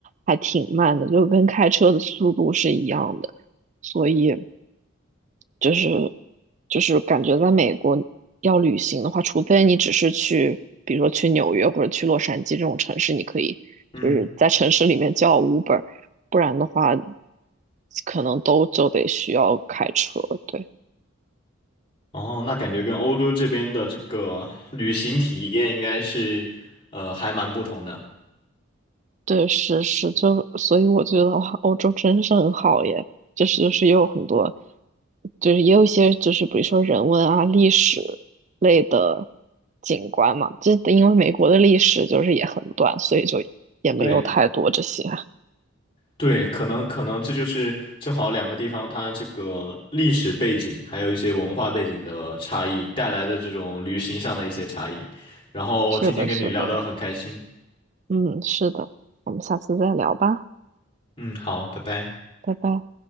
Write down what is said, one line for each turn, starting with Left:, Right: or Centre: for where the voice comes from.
Right: 还挺慢的，就跟开车的速度是一样的，所以就是就是感觉在美国要旅行的话，除非你只是去，比如说去纽约或者去洛杉矶这种城市，你可以就是在城市里面叫
Left: 嗯，
Right: Uber，不然的话可能都就得需要开车，对。
Left: 哦，那感觉跟欧洲这边的这个旅行体验应该是呃还蛮不同的。
Right: 对，是是，就所以我觉得哇，欧洲真是很好耶，就是就是也有很多，就是也有一些就是比如说人文啊、历史类的景观嘛，这因为美国的历史就是也很短，所以就也没有太多这些。
Left: 对。
Right: <laughs>
Left: 对，可能可能这就是正好两个地方它这个历史背景，还有一些文化背景的差异带来的这种旅行上的一些差异。然后今天跟你聊得很开心，
Right: 是的，是的，嗯，是的，我们下次再聊吧，
Left: 嗯，好，拜拜。
Right: 拜拜。